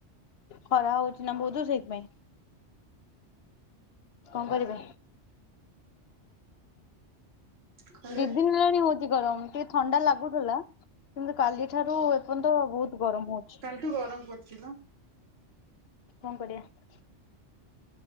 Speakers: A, on the left; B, on the right.
A: ଖରା ହୋଉଚି ନା ବୋହୁତ ସେଇଥିପାଇଁ। କଣ କରିବା
B: ଖରା
A: ଦି ଦିନି ହେଲାଣି ହୋଉଚି। କି ଗରମ ଟିକେ ଥଣ୍ଡା ଲାଗୁଥିଲା କିନ୍ତୁ କାଲି ଠାରୁ ଏପର୍ଯ୍ୟନ୍ତ ବୋହୁତ ଗରମ ହୋଉଚି।
B: କାଲିଠୁ ଗରମ କରୁଚି ପା।
A: କଣ କରିଵା।